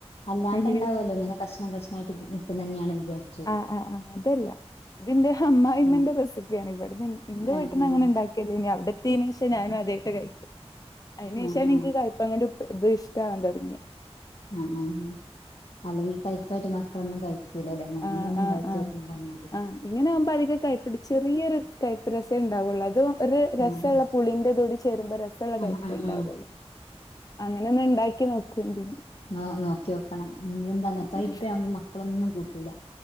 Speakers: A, on the left; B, on the left.
A: അല്ലാണ്ട്ണ്ടാവൊല്ലോ
B: ആഹ്
A: ഇങ്ങനെ കഷ്ണം കഷ്ണായിട്ട് നിക്കുന്നന്യാണ് വിചാരിച്ച്.
B: ആഹ്. ആഹ്. ആഹ്. അതല്ല ഇതിന്റെ അമ്മായിമ്മന്റെ
A: ഉം
B: റെസിപ്യാണ്. ഇവിടുന്ന് ഇന്റെ
A: ഏഹ്
B: വീട്ടിന്ന്
A: ഏഹ്
B: അങ്ങനെ ഇണ്ടാക്കി നി അവിടത്ത്യേനേഷം ഞാനും അതായിട്ട കഴിക്ക. അതിന്
A: ആഹ്
B: ശേഷാണ്
A: ആഹ്
B: ഇൻക്ക് കയ് ഇപ്പ ങ്ങട്ട് ഇത് ഇഷ്ടവാൻ തൊടങ്യ
A: ഉ ഉം. അല്ലെങ്കിൽ കഴ്പ്പായിട്ട് മക്കളൊന്നും കഴിക് ക്ക്ലലെ. മണ്ണൊന്നും
B: ആഹ്
A: ഇണ്ടായിട്ട്
B: ആഹ് ആഹ്
A: ഉണ്ടാക്കക്ക പറഞ്ഞാതിരി.
B: ആഹ് ഇങ്ങനെ ആകുമ്പ അധികം കൈപ്പിടി ചെറിയൊരു കൈപ്പ് രസെ ഇണ്ടാവൊള്ളു അതോ ഒരു രസ
A: ആഹ്
B: ഇള്ള പുളിന്റെ തൂടി ചേരുമ്പ രസള്ള
A: ആഹ്
B: കയപ്പെ
A: ആഹ്
B: ഇണ്ടാവൊള്ളൂ.
A: ആഹ്
B: അങ്ങനെ ഒന്ന് ഇണ്ടാക്കി നോക്ക്വണ്ടിന്ന്.
A: ഇന്നാ നോക്ക്യാേക്കണം. എന്താണൊ. കയ്പ്പെ
B: ഉം
A: ആണെങ്കിൽ മക്കളൊന്നും കൂട്ടൂല.